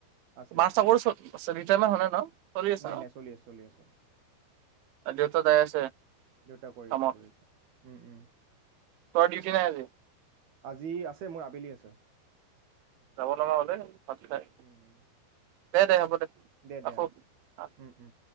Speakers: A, on the right; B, on the right.
A: আছে
B: মাৰ
A: আছে
B: চাকৰি চলি ৰিটাইমেণ্ট হোৱা নাই ন চলি আছে
A: নাই
B: ন
A: নাই চলি আছে চলি আছে
B: দেউতা যাই আছে
A: দেউতা কৰি
B: কামত
A: আছে কৰি আছে উম উম
B: তই ডিউটি নাই আজি
A: আজি আছে মোৰ আবেলি আছে।
B: যাব লগা হলে ভাত খাই।
A: উম উম
B: দে দে হ'ব দে
A: দে,
B: ৰাখো
A: দে, অ', উম, উম।